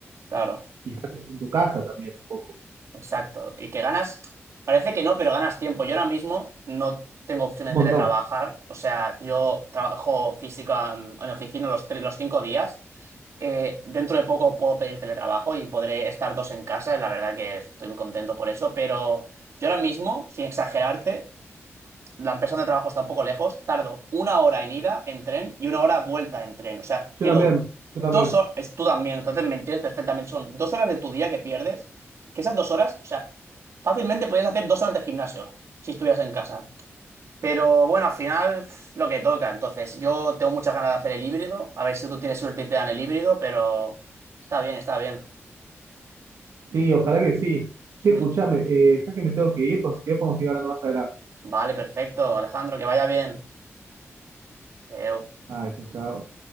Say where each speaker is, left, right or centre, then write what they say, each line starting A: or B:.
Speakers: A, on the right; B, on the right.
A: claro,
B: y estás en tu casa también un poco,
A: exacto. Y que ganas, parece que no, pero ganas tiempo. Yo ahora mismo no tengo opción de
B: un montón.
A: teletrabajar, o sea, yo trabajo física en, en oficina los, tres, los cinco días. Eh, dentro de poco puedo pedir teletrabajo y podré estar dos en casa, y la verdad que estoy muy contento por eso, pero yo ahora mismo, sin exagerarte, la empresa donde trabajo está un poco lejos, tardo una hora en ida en tren y una hora vuelta en tren. O sea,
B: Yo
A: pierdo
B: también, yo
A: dos
B: también.
A: horas, tú también, entonces me entiendes perfectamente, son dos horas de tu día que pierdes, que esas dos horas, o sea, fácilmente podrías hacer dos horas de gimnasio si estuvieras en casa. Pero bueno, al final pf, lo que toca. Entonces, yo tengo muchas ganas de hacer el híbrido. A ver si tú tienes suerte y te dan el híbrido, pero está bien, está bien.
B: Sí, ojalá que sí. Che,
A: Mm.
B: escuchame, eh, ¿sabes que me tengo que ir? por si querés podemos seguir hablando más adelante.
A: Vale, perfecto, Alejandro, que vaya bien. Adeu.
B: Ah, chao, chao.